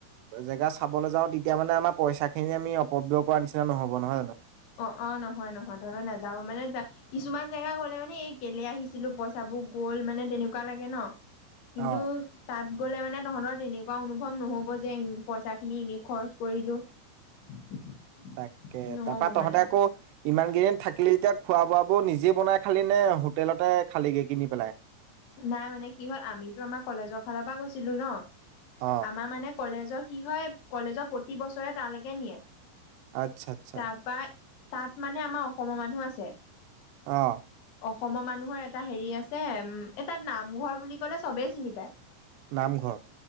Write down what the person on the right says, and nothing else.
জেগা চাবলৈ যাও, তেতিয়া মানে আমাৰ পইচা খিনি আমি অপব্যয় কৰাৰ নিচিনা নহ'ব নহয় জানো?
অ'।
তাকে,
তাপা তহঁতে
আকৌ ইমান কেইদিন থাকিলি যেতিয়া খোৱা বোৱা বোৰ নিজে বনাই খালি নে হোটেলতে খালীগে কিনি পেলাই?
অ'।
আচ্ছা আচ্ছা
অ
নামঘৰ